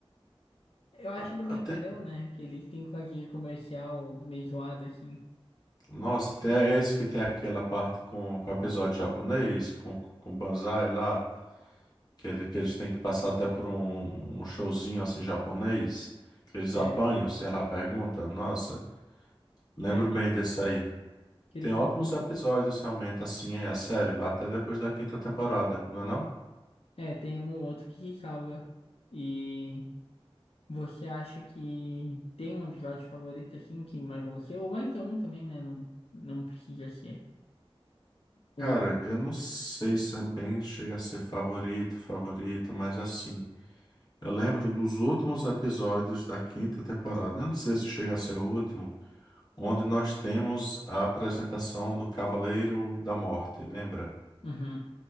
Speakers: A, on the left; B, on the left.
A: Eu acho
B: Tá,
A: do
B: Até...
A: Brincalhão, né? Que ele tem que fazer comercial meio zoado, assim.
B: Nossa, até é esse que tem aquela parte com, com episódio japonês, com, com o Banzai lá, que, ele, que eles têm que passar até por um, um showzinho assim japonês, que eles apanham,
A: É,
B: se errar a pergunta. Nossa, lembro
A: é.
B: bem desse aí.
A: Que ele
B: Tem
A: tem...
B: ótimos episódios realmente assim, é a série, até depois da quinta temporada, não é não?
A: É, tem um ou outro que se salva. E você acha que tem um episódio favorito, assim, que marca você? Ou mais de um também, né? Não, não precisa ser um
B: Cara,
A: apenas.
B: eu não sei se é bem, chega a ser favorito, favorito, mas assim. Eu lembro dos últimos episódios da quinta temporada, eu não sei se chega a ser o último, onde nós temos a apresentação do Cavaleiro da Morte, lembra?
A: Uhum.